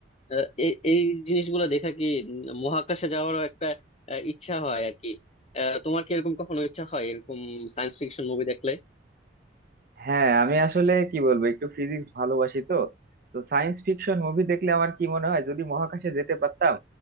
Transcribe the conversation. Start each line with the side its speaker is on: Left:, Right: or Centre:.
Left: আহ, এই এই জিনিসগুলো দেখা কি উম, মহাকাশে যাওয়ারও একটা আহ, ইচ্ছা হয় আর কি আহ, তোমার কি এরকম কখনো ইচ্ছা হয় এরকম সায়েন্স ফিকশন মুভি দেখলে
Right: হ্যাঁ আমি আসলে কি বলবো একটু ফিজিক্স ভালোবাসি তো তো সায়েন্স ফিকশন মুভি দেখলে আমার কি মনে হয় যদি মহাকাশে যেতে পারতাম